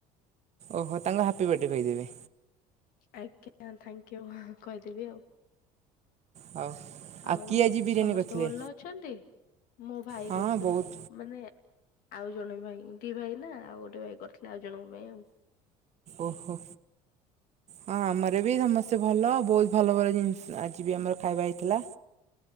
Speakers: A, on the right; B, on the left.
A: ଓହୋ ତାଙ୍କ ହାପି ବଥଡେ କହିଦେବେ।
B: ଆଜ୍ଞା ଥାଙ୍କୟୁ କହିଦେବି ଆଉ।
A: ହଉ
B: ଆଉ
A: କିଏ ଆଜି ବିରିୟାନୀ
B: ସମସ୍ତେ
A: କରିଥିଲେ?
B: ଭଲ ଅଛନ୍ତି ମୋ ଭାଇ
A: ହଁ
B: କରୁଥିଲେ।
A: ବହୁତ
B: ମାନେ ଆଉ ଜଣେ ଭାଇ ଦି ଭାଇ ନା ଆଉ ଗୋଟେ ଭାଇ କରିଥିଲେ ଆଉ ଜଣଙ୍କ ପାଇଁ ଆଉ।
A: ଓହୋ। ହଁ ଆମର ବି ସମସ୍ତେ ଭଲ ବହୁତ ଭଲ ଭଲ ଜିନିଷ ଆଜି ବି ଆମର ଖାଇବା ହେଇଥିଲା।